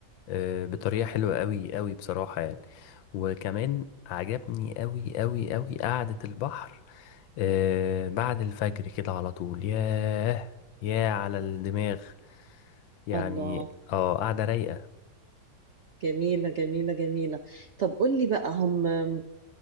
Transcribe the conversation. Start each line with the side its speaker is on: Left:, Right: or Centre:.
Left: آه، بطريقة حلوة قوي قوي بصراحة يعني وكمان عجبني قوي قوي قوي قعدة البحر آه، بعد الفجر كده على طول ياه ياه على الدماغ يعني
Right: الله
Left: اه قاعدة رايقة
Right: جميلة جميلة جميلة طب قول لي بقى هم آه،